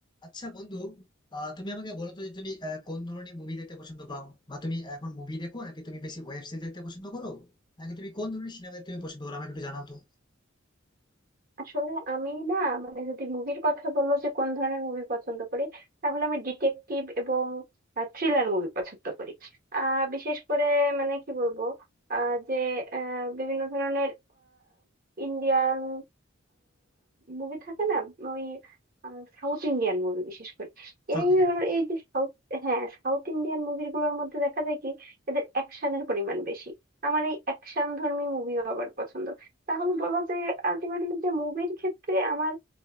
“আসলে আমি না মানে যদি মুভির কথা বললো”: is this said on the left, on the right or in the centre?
Right